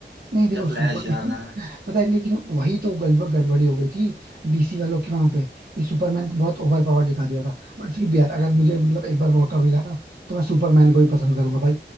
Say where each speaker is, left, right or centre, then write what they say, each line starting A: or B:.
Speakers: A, on the right; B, on the right.
A: नहीं देखो
B: या फ्लैश
A: सुपरमैन
B: जा रहा है
A: <laughs> पता है लेकिन वही तो गड़बड़ गड़बड़ी हो गई थी डीसी वालों की वहां पे कि सुपरमैन को बहुत ओवर पावर दिखा दिया था बट फिर भी यार अगर मुझे मतलब एक बार मौका मिला ना तो मैं सुपरमैन को ही पसंद करूंगा भाई